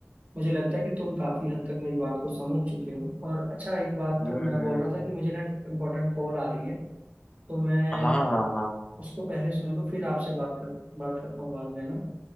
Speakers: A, on the right (about 30°); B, on the left (about 25°).
A: मुझे लगता है कि तुम काफी हद तक मेरी बात को समझ चुके हो और अच्छा एक बात
B: हम्म
A: मैं
B: हम्म
A: बोल रहा था कि मुझे ना इम्पोर्टेंट कॉल आ रही है तो मैं
B: हाँ हाँ हाँ
A: उसको पहले सुन लूँ फिर आपसे बात कर बात करता हूँ बाद में ना